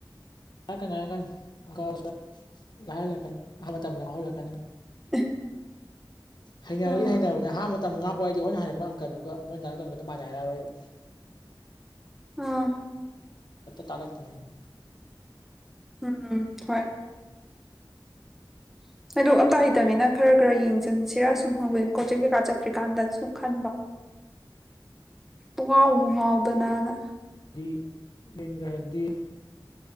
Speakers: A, on the left (about 55°); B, in the centre.
A: ꯍꯥꯏꯔꯛꯀꯅꯤ ꯍꯥꯏꯔꯀ ꯂꯥꯏꯍꯜꯂꯛꯀꯅꯤ ꯑ ꯃꯇꯝꯗ ꯌꯥꯎꯍꯜꯂꯛꯀꯅꯤ
B: <inaudible>
A: ꯍꯩꯅꯔꯒꯗꯤ
B: ꯑꯥ
A: ꯍꯩꯅꯔꯕꯅꯦ ꯑꯍꯥꯟꯕ ꯃꯇꯝ ꯃꯉꯥ ꯄꯏꯗꯤ ꯑꯣꯏꯅ ꯍ ꯍꯥꯏꯔꯛꯄ ꯀꯗꯨꯒ ꯃꯣꯏꯅ ꯇꯥꯔ ꯀꯒꯗ ꯃꯥꯟꯅ ꯍꯥꯏꯔꯛꯔꯣꯏꯕ
B: ꯑꯥ
A: ꯇꯥꯂꯛꯇꯅꯤ
B: ꯎꯝ ꯍꯣꯏ <inaudible> ꯍꯥꯏꯗꯣꯛ ꯑꯝꯇ ꯍꯩꯇꯃꯤꯅ ꯈꯔ ꯈꯔ ꯌꯦꯡꯁꯤꯟꯁꯤꯔꯥ ꯁꯨꯝ ꯍꯪꯕꯤ ꯀꯣꯆꯤꯡ ꯀꯩꯀꯥ ꯆꯠꯇ꯭ꯔꯤꯀꯥꯟꯗ ꯁꯨꯝ ꯈꯟꯕ ꯉꯥꯎꯕ ꯉꯥꯎꯗꯅꯅ
A: ꯗꯤ ꯌꯦꯒꯥꯗꯤ